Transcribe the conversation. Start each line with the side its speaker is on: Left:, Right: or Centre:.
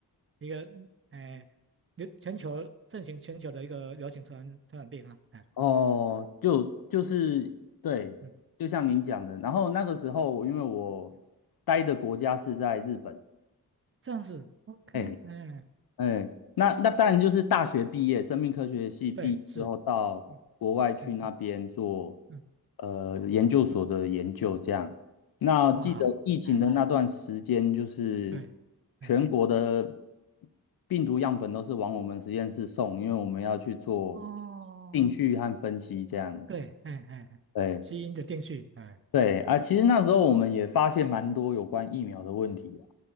Right: 一个哎，流全球盛行全球的一个流行传传染病啊，哎，
Left: 哦，就就是对，
Right: 嗯
Left: 就像您讲的，然后那个时候，因为我
Right: 嗯，
Left: 待的国家是在日本，
Right: 这样子，OK，
Left: 哎
Right: 哎，
Left: 哎，那那当然就是大学毕业，生命科学系毕业之后到国外去那边做
Right: 对，是，嗯嗯嗯，
Left: 呃研究所的研究，这样。那记得疫情的那段时间，
Right: 哇，哎
Left: 就是
Right: 对，哎
Left: 全国的病毒样本都是往我们实验室送，因为我们要去做
Right: 哦，
Left: 定序和分析，这样。
Right: 对，哎哎，哎基因的定序，
Left: 对。
Right: 哎，
Left: 对啊，其实那时候我们也发现蛮多有关疫苗的问题啊。